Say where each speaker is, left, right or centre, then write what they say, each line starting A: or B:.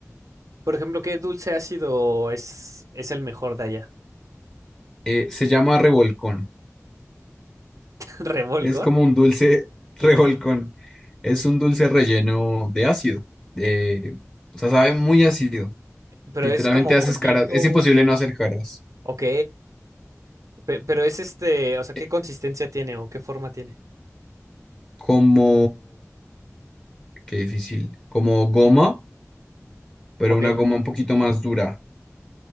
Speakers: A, on the right; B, on the left.
A: Por ejemplo, ¿qué dulce ácido es, es el mejor de allá?
B: Eh, se llama revolcón.
A: <laughs> ¿Revolcón?
B: Es como un dulce <laughs> revolcón. Es un dulce relleno de ácido. Eh, o sea, sabe muy ácido.
A: Pero
B: Literalmente
A: es como polvito,
B: haces caras. Es imposible
A: como...
B: no hacer caras.
A: Ok, pe- pero es este, o sea, ¿qué
B: Eh,
A: consistencia tiene o qué forma tiene?
B: Como Qué difícil. Como goma, pero
A: Ok,
B: una goma un poquito más dura.